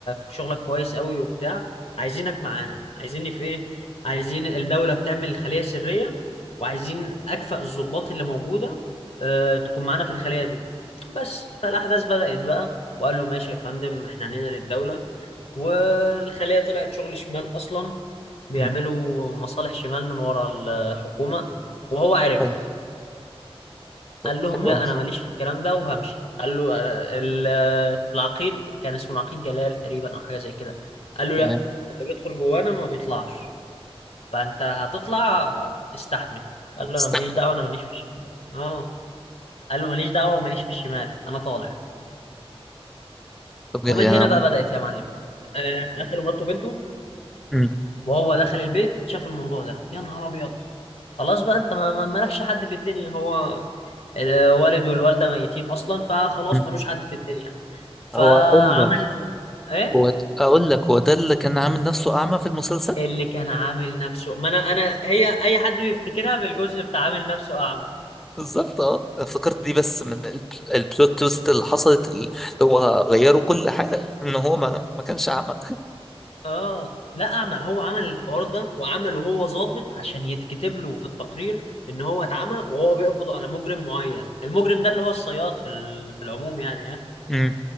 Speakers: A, on the left; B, in the centre.
A: شغلك كويس قوي وبتاع عايزينك معانا عايزيني في ايه عايزين الدولة بتعمل خلية سرية وعايزين اكفأ الضباط اللي موجودة آه، تكون معانا في الخلية دي بس فالأحداث بدأت بقى وقال له ماشي يا فندم احنا عنينا للدولة والخلية طلعت شغل شمال أصلا بيعملوا
B: مم.
A: مصالح شمال من ورا الحكومة وهو عرف
B: حلو طب
A: قال لهم
B: حلو
A: لا
B: أوي.
A: أنا ماليش في الكلام ده وهمشي قال له ال- العقيد كان اسمه العقيد جلال تقريبا أو حاجة زي كده قال له
B: تمام
A: لا اللي بيدخل جوانا ما بيطلعش فأنت هتطلع استحمل قال له
B: استنى
A: أنا ماليش دعوة أنا ماليش في الشمال اه قال له ماليش دعوة وماليش في الشمال أنا طالع
B: طب
A: ومن
B: يعني
A: هنا
B: أنا
A: بقى بدأت يا معلم آه، قتلوا مراته وبنته
B: مم.
A: وهو دخل البيت شاف الموضوع ده يا نهار ابيض خلاص بقى انت ما ما- مالكش حد في الدنيا هو الوالد والوالده ميتين اصلا فخلاص
B: مم.
A: ملوش حد في الدنيا فعمل
B: هو أقول لك
A: ايه
B: هو أقول لك هو ده اللي كان عامل نفسه أعمى في المسلسل
A: اللي كان عامل نفسه ما انا انا هي اي حد بيفتكرها بالجزء بتاع عامل نفسه اعمى
B: بالظبط أه افتكرت دي بس من ال- البلوت تويست اللي حصلت اللي هو غيروا كل حاجة إن هو ما, ما كانش أعمى
A: اه لا اعمى هو عمل الحوار ده وعمله هو ظابط عشان يتكتب له في التقرير ان هو اتعمى وهو بيقبض على مجرم معين المجرم ده اللي هو الصياد في ال- في العموم يعني آه.
B: امم